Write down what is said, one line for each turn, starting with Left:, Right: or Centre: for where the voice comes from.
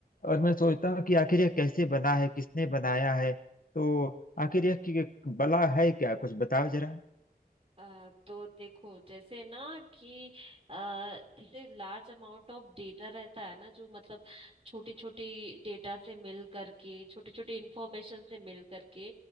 Left: और मैं सोचता हूँ कि आखिर यह कैसे बना है किसने बनाया है तो आखिर यह कि- बला है क्या कुछ बताओ जरा
Right: अ, तो देखो जैसे ना कि अ, जैसे लार्ज अमाउंट ऑफ डेटा रहता है ना जो मतलब छोटी छोटी डेटा से मिल करके छोटी छोटी इंफॉर्मेशन से मिल करके